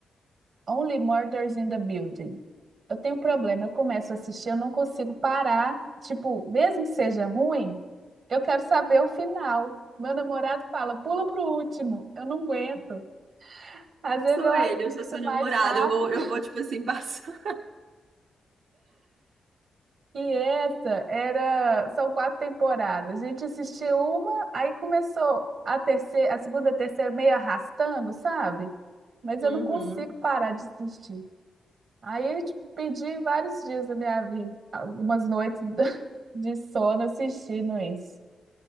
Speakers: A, on the right; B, on the right.
A: Only Murders in the Building. Eu tenho um problema, eu começo a assistir, eu não consigo parar. Tipo, mesmo que seja ruim, eu quero saber o final. Meu namorado fala, pula pro último, eu não aguento. Às vezes
B: Sou
A: eu assisto
B: ele, eu sou seu namorado,
A: mais rápido.
B: eu vou, eu vou, tipo assim, passar.
A: E essa era, são quatro temporadas. A gente assistiu uma, aí começou a terceira, a segunda, a terceira meio arrastando, sabe? Mas
B: <laughs>
A: eu
B: Uhum.
A: não consigo parar de assistir. Aí, tipo, perdi vários dias da minha vida, algumas noites <laughs> de sono assistindo isso.